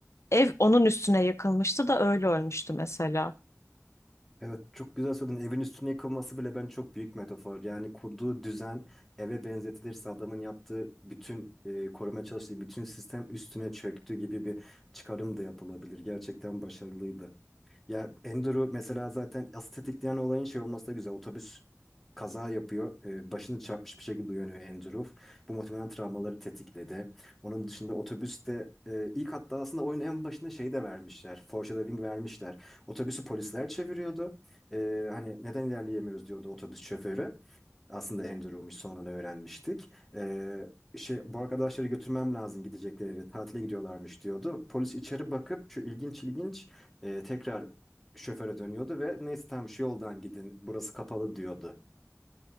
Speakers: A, on the left (about 60°); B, in the centre.
A: ev onun üstüne yıkılmıştı da öyle ölmüştü mesela.
B: Evet çok güzel söyledin. Evin üstüne yıkılması bile ben çok büyük metafor. Yani kurduğu düzen eve benzetilirse adamın yaptığı bütün e, korumaya çalıştığı bütün sistem üstüne çöktü gibi bir çıkarım da yapılabilir. Gerçekten başarılıydı. Ya Andrew mesela zaten asıl tetikleyen olayın şey olması da güzel. Otobüs kaza yapıyor. Ee, başını çarpmış bir şekilde uyanıyor Andrew. Bu muhtemelen travmaları tetikledi. Onun dışında otobüste e, ilk hatta aslında oyunun en başında şey de vermişler. Foreshadowing vermişler. Otobüsü polisler çeviriyordu. Ee, hani neden ilerleyemiyoruz diyordu otobüs şoförü. Aslında Andrew'muş sonradan öğrenmiştik. Ee, şey, bu arkadaşları götürmem lazım gidecekleri yere, tatile gidiyorlarmış diyordu. Polis içeri bakıp şu ilginç ilginç e, tekrar şoföre dönüyordu ve neyse tamam şu yoldan gidin burası kapalı diyordu.